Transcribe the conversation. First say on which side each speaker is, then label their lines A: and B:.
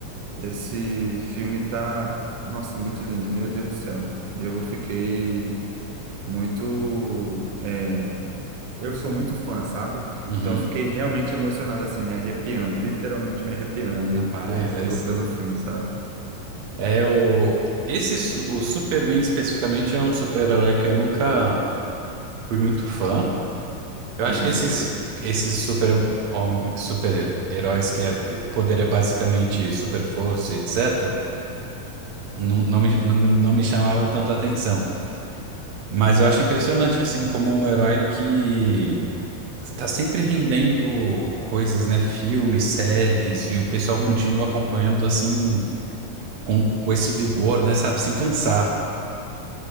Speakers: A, on the right; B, on the right.
A: esse filme tá, nossa, muito lindo, meu Deus do céu. Eu fiquei muito é, eu sou muito fã, sabe?
B: Uhum.
A: Então eu fiquei realmente emocionado, assim, me arrepiando, literalmente me arrepiando aí
B: Rapaz,
A: pô,
B: aí
A: pelo,
B: sim.
A: pelo filme, sabe?
B: É o esse su- o Superman especificamente é um super-herói que eu nunca fui muito fã. Eu
A: Uhum,
B: acho que esses esses super hom- super-heróis que é, de poder é basicamente super força, etc. Não, não me não, não me chamava tanta atenção. Mas eu acho impressionante assim como é um herói que está sempre rendendo coisas, né, filmes, séries e o pessoal
A: uhum.
B: continua acompanhando assim com, com esse vigor, né, sabe, sem cansar.